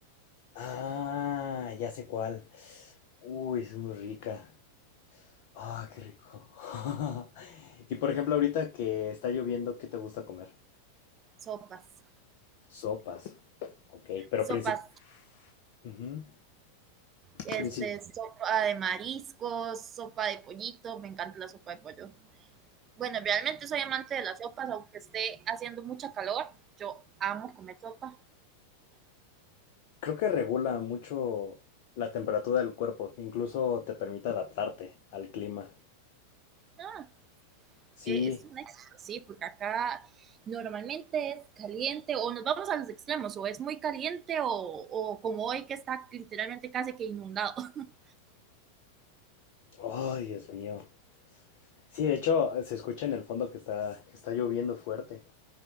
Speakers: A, on the left; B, on the right.
A: Ah, ya sé cuál. Uy, es muy rica. Ah, qué rico. <laughs> Y por ejemplo, ahorita que está lloviendo, ¿qué te gusta comer?
B: Sopas,
A: Sopas. Ok, pero
B: sopas,
A: princip... Ujú.
B: este,
A: Princip-
B: sopa de mariscos, sopa de pollito, me encanta la sopa de pollo. Bueno, realmente soy amante de las sopas, aunque esté haciendo mucha calor, yo amo comer sopa.
A: Creo que regula mucho la temperatura del cuerpo, incluso te permite adaptarte al clima.
B: No,
A: Sí.
B: Eh, es un éxito, sí, porque acá normalmente es caliente o nos vamos a los extremos, o es muy caliente o, o como hoy que está literalmente casi que inundado. <laughs>
A: Ay, Dios mío. Sí, de hecho, se escucha en el fondo que está, que está lloviendo fuerte.